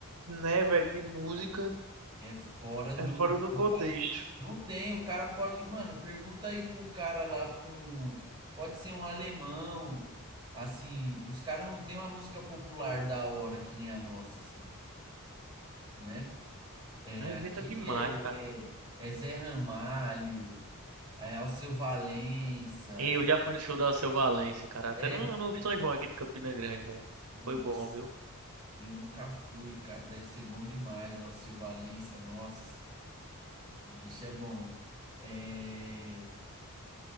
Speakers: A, on the right; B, on the right.
A: Né, velho, de música.
B: é fora
A: É
B: do,
A: fora do
B: do
A: contexto.
B: padrão. Não tem, o cara pode. Mano, pergunta aí pra um cara lá, pra um. Pode ser um alemão, assim, os caras não têm uma música popular da hora que nem a nossa, assim, né? É,
A: né? A gente
B: aqui
A: é demais,
B: é,
A: cara.
B: é, é Zé Ramalho, é Alceu Valença.
A: E eu já fui no show da Alceu Valença, cara. Até
B: É,
A: no, no São João aqui de Campina Grande, velho.
B: putz.
A: Foi bom, viu?
B: Eu nunca fui, cara. Deve ser bom demais. Alceu Valença, nossa, o bicho é bom. É,